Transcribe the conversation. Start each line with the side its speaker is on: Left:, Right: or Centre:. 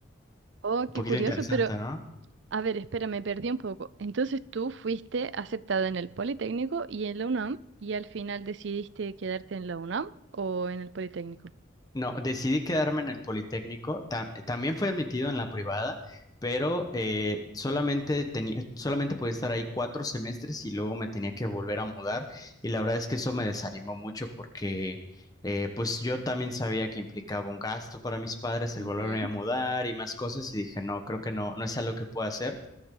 Right: Oh,
Left: Un
Right: qué
Left: poquito
Right: curioso,
Left: interesante,
Right: pero
Left: ¿no?
Right: a ver, espera, me perdí un poco. Entonces tú fuiste aceptada en el Politécnico y en la UNAM y al final decidiste quedarte en la UNAM o en el Politécnico.
Left: No, decidí quedarme en el Politécnico. Tam- también fui admitido en la privada, pero eh, solamente tenía, solamente podía estar ahí cuatro semestres y luego me tenía que volver a mudar. Y la verdad es que eso me desanimó mucho porque eh, pues yo también sabía que implicaba un gasto para mis padres el
Right: Ujú,
Left: volverme a mudar y más cosas y dije, no, creo que no, no es algo que pueda hacer.